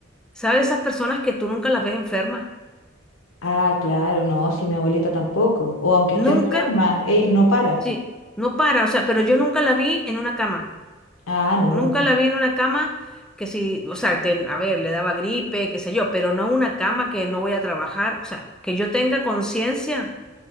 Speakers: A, in the centre; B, on the left.
A: ¿sabes? Esas personas que tú nunca las ves enfermas.
B: Ah, claro, no, si mi abuelita tampoco. O aunque
A: Nunca,
B: esté enferma, ella no para.
A: sí, no para. O sea, pero yo nunca la vi en una cama.
B: Ah, no,
A: Nunca la vi en una cama que si, o sea, ten- a ver, le daba gripe, qué sé yo, pero no una cama que no voy a trabajar. O sea, que yo tenga conciencia.